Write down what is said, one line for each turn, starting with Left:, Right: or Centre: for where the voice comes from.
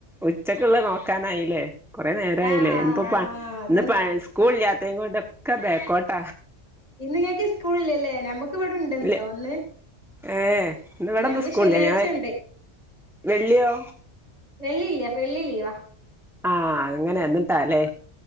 Centre: ഉച്ചക്ക്ള്ള നോക്കാനായില്ലേ കൊറെ നേരയില്ലേ
Left: ആഹ് ആഹ്
Centre: എന്ത്പ്പാ
Left: അതന്നെ
Centre: ഇന്ന് പ സ്കൂൾ ഇല്ല്യതേകൊണ്ട് ഒക്കെ ബാക്കോട്ട
Left: ഇന്ന് ങ്ങക്ക് സ്കൂളല്ലല്ലേ നഞമ്മക്ക് ഇവിടെണ്ട്
Centre: ഇല്ല
Left: തോന്ന്
Centre: ഏ ഇന്ന് ഇവിടെന്ന്
Left: ഞ
Centre: സ്കൂളില്ല
Left: ശനിയാഴ്ച
Centre: ഞാൻ
Left: ഇണ്ട്
Centre: വെള്ളിയോ
Left: വെള്ളില്ല വെള്ളിലീവാ
Centre: ആഹ് അങ്ങനെ എന്നിട്ടാല്ലേ